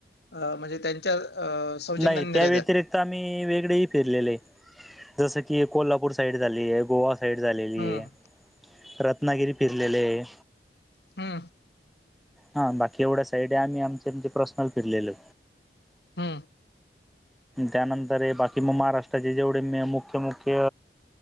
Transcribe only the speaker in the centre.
नाही
त्या व्यतिरिक्त आम्ही वेगळेही फिरलेले आहे जस की कोल्हापूर साईड झाली ये गोवा साईड झालेली
आहे रत्नागिरी फिरलेले हे.
हा बाकी एवढ्या साईड आहे आम्ही आमच्या म्हणजे प्रर्सनल फिरलेलो.
त्यानंतर हे बाकी मग महाराष्ट्राचे जेवढे म मुख्य मुख्य